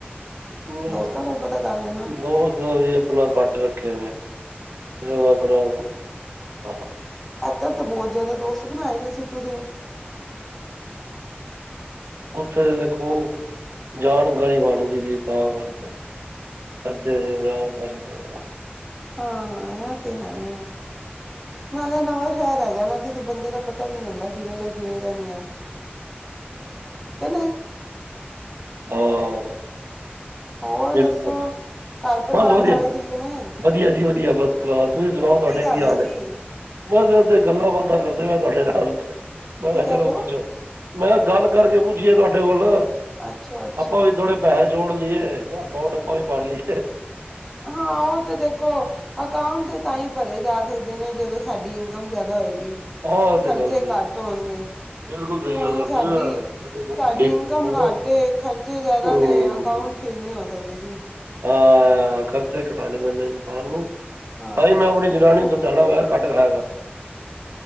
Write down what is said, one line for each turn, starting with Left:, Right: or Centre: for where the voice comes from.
Right: <unintelligible>
Centre: ਦੋਸਤਾਂ ਕੋਲ ਪਤਾ ਕਰ ਲੈਣਾ
Right: ਆਪਣਾ ਕੱਟ ਰੱਖੇ ਨੇ। <unintelligible> ਆਪਣਾ <unintelligible>
Centre: ਐਧਰ ਤੇ ਬਹੁਤ ਜਿਆਦਾ ਦੋਸਤ ਬਣਾਏ ਦੇ ਸੀ ਤੁਸੀਂ।
Right: ਉੱਥੇ ਦੇਖੋ ਜਾਣਕਾਰੀ ਬਣ ਗਈ ਸੀ ਤਾਂ ਕਰਕੇ। ਇੱਥੇ ਯਾਰ ਬਣ ਗੇ।
Centre: ਹਾਂ, ਇਹ ਤੇ ਹੈ ਈ ਏ। ਨਾਲੇ ਨਵਾਂ ਸ਼ਹਿਰ ਹੈਗਾ ਐ ਨਾ ਕਿਸੇ ਬੰਦੇ ਦਾ ਪਤਾ ਵੀ ਨੀ ਹੁੰਦਾ ਕਿਵੇਂ ਦਾ ਕਿਵੇਂ ਦਾ ਨਹੀਂ ਐ। ਕੇ ਨਹੀਂ।
Right: ਹਾਂ।
Centre: ਹੋਰ
Right: ਬਿਲਕੁਲ,
Centre: ਦੱਸੋ ਘਰ ਪਰਿਵਾਰ
Right: ਬਸ ਵਧੀਆ,
Centre: ਸਾਰੇ ਠੀਕ ਨੇ
Right: ਵਧੀਆ ਜੀ ਵ ਦੀਆਂ ਫਸਟ ਕਲਾਸ, ਤੁਸੀਂ ਸੁਣਾਓ ਤੁਹਾਡੇ
Centre: ਕਰ
Right: ਕੀ
Centre: ਰਹੇ
Right: ਹਾਲ
Centre: ਸੀ
Right: ਐ, ਬਸ ਗੱਲਾਂ ਬਾਤਾਂ ਕਰਦੇ ਪਏ ਆ ਤੁਹਾਡੇ ਨਾਲ, ਮੈਂ
Centre: ਕੀ
Right: ਕਿਹਾ
Centre: ਕਹਿ
Right: ਚਲੋ
Centre: ਰਹੇ ਹੋ
Right: ਗੁਜਣ। ਮੈਂ ਕਿਹਾ ਗੱਲ ਕਰਕੇ ਪੁੱਛੀਏ ਤੁਹਾਡੇ ਕੋਲ,
Centre: ਅੱਛਾ-ਅੱਛਾ
Right: ਆਪਾਂ ਵੀ ਥੋੜੇ
Centre: ਠੀਕ
Right: ਪੈਸੇ ਜੋੜ ਲਈਏ। ਅਕਾਊਂਟ ਆਪਾਂ ਵੀ ਪਰ ਲਈ।
Centre: ਹਾਂ, ਉਹ ਤੇ ਦੇਖੋ ਅਕਾਊਂਟ ਤੇ ਤਾਂ ਈ ਪਰੇ ਜਾ ਸਕਦੇ ਨੇ ਜਦੋਂ ਥਾਡੀ ਇਨਕਮ ਜਿਆਦਾ ਹੋਏਗੀ,
Right: ਆਹ ਇਹ ਤਾਂ
Centre: ਖਰਚੇ
Right: ਗੱਲ ਸਹੀ
Centre: ਘੱਟ ਹੋਣਗੇ।
Right: ਬਿਲਕੁਲ ਸਹੀ
Centre: ਹੁਣ
Right: ਗੱਲ ਕਰਦੇ
Centre: ਸਾਡੀ,
Right: ਹੋ
Centre: ਸਾਡੀ ਇਨਕਮ ਘੱਟ ਏ ਖਰਚੇ ਜਿਆਦਾ
Right: ਹੂੰ,
Centre: ਨੇ ਅਕਾਓ ਫੀਲ ਨਹੀਂ ਹੋ ਸਕਦੇ ਜੀ।
Right: ਅ ਖਰਚੇ ਘਟਾਉਣੇ ਪੈਂਦੇ ਇਨਸਾਨ ਨੂੰ,
Centre: ਹਾਂ
Right: ਤਾਂ ਈ ਮੈਂ ਆਪਣੀ ਜਨਾਨੀ ਨੂੰ। ਜਾਣਾ ਮੈਂ ਘੱਟ ਖਾਇਆ ਦਾ।